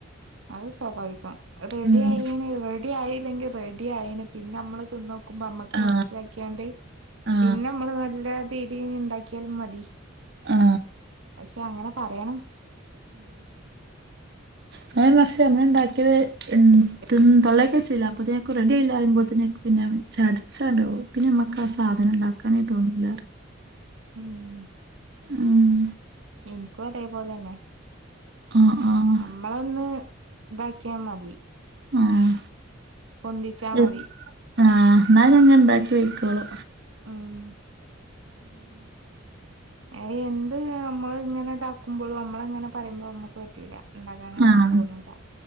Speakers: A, on the right (about 70°); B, on the right (about 55°).
A: അയ് സ്വാഭാവികം റെഡ്യായിണ്
B: ഉം
A: റെഡ്യായില്ലെങ്കി റെഡ്യായിണ് പിന്നമ്മള് തിന്നോ ക്കുമ്പ അമ്മക്ക്
B: ആ
A: മനസ്സിലാക്കിയാണ്ട്
B: ആ
A: പിന്നെ അമ്മള് നല്ല രീതിയിലിണ്ടാക്കിയാലും മതി.
B: ആ
A: പക്ഷെ അങ്ങനെ പറേണം.
B: കഴിഞ്ഞ പ്രാവശ്യം അങ്ങനെ ഉണ്ടാക്കിയത് തിൻ തൊള്ളെക്കെച്ച്ല അപ്പൊത്തേക്കും റെഡി ആയില്ല അറിയ്യുമ്പോത്തിനെക്ക്. പിന്നെ ചടച്ചാണ്ടോയ് പിന്നെ അമ്മക്ക് ആ സാധനം ഉണ്ടാക്കാനെ തോന്നൂല
A: ഉം.
B: ഉം.
A: എനിക്കും അതേ പോലന്നെ.
B: ആഹ് ആഹ്
A: മ്മളൊന്ന് ഇതാക്കിയാ മതി.
B: ആ
A: പൊന്തിച്ചാ
B: ഉം
A: മതി.
B: ആഹ് എന്നാലേ ഞാന് ഇണ്ടാക്കി വെക്കൊള്ളു
A: മ്ഹ് ഏഹ് എന്ത് അമ്മള് ഇങ്ങനെ ഇതാക്കുമ്പോഴും അമ്മളെ ഇങ്ങനെ പറയുമ്പോ അമ്മക്ക് പറ്റൂല. ഇണ്ടാക്കാനൊന്നും
B: ആഹ്
A: തോന്നുലാ.